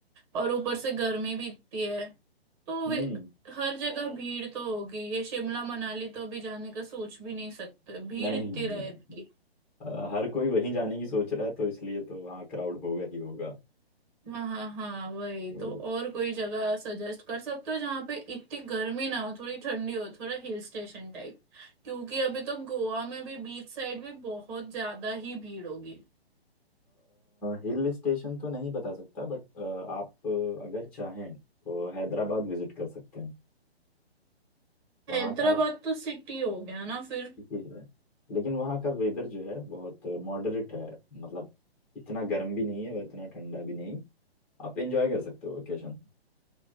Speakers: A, on the right; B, in the centre.
A: और ऊपर से गर्मी भी इतनी है तो
B: हम्म
A: वे हर जगह भीड़ तो होगी ये शिमला मनाली तो अभी जाने का सोच भी नहीं सकते भीड़
B: नहीं
A: इतनी
B: नहीं
A: रहेगी
B: अ, हर कोई वहीं जाने की सोच रहा है तो इसलिए तो हाँ क्राउड होगा ही होगा
A: हाँ हाँ हाँ वही
B: तो
A: तो और कोई जगह सजेस्ट कर सकते हो जहाँ पे इतनी गर्मी ना हो थोड़ी ठंडी हो थोड़ा हिल स्टेशन टाइप क्योंकि अभी तो गोवा में भी बीच साइड भी बहुत ज्यादा ही भीड़ होगी
B: हिल स्टेशन तो नहीं बता सकता बट आप अ, अगर चाहें तो हैदराबाद विजिट कर सकते हैं वहाँ
A: हैदराबाद
B: का
A: तो सिटी हो गया ना फिर
B: ठीक है लेकिन वहाँ का वेदर जो है बहुत मॉडरेट है मतलब इतना गर्म भी नहीं है और इतना ठंडा भी नहीं आप एंजॉय कर सकते हो वेकेशन